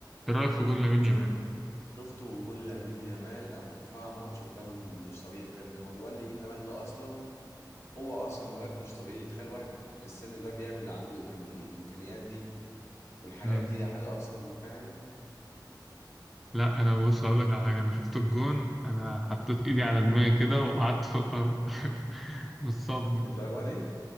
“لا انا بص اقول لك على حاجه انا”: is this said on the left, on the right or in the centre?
Centre